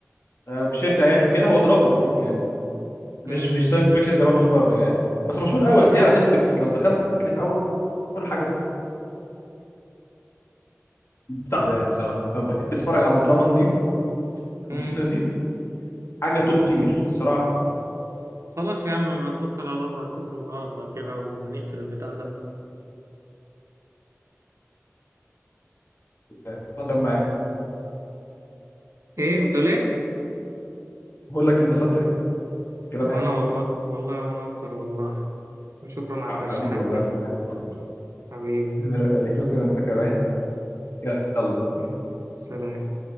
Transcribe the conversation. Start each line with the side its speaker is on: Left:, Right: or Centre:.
Left: آه، في شركه يعني وكده هو دراما يعني مش
Right: امم
Left: مش ساينس فيكشن زي ما أنا بتفرج يعني بس مشهور قوي هتلاقيه على نتفليكس لو دخلت هتلاقيه في اول حاجه في بتاع ده يعني صراحه لو بتحب تتفرج على دراما نضيف
Right: امم
Left: تمثيل نضيف حاجه توب تير صراحه
Right: خلاص يا عم بتوكل على الله واشوف النهارده كده بعد ما هنقفل البتاع ده
Left: يعني. اتفضل معاك
Right: ايه قلت ليه
Left: بقول لك انبسطت في الكلام
Right: وانا
Left: معاك.
Right: والله والله وانا اكتر والله وشكرا على الترشيحات
Left: حبيبي والله
Right: دي
Left: يا محمد.
Right: حبيبي
Left: ربنا
Right: يلا،
Left: يخليك شكرا انت كمان يلا
Right: يلا. سلام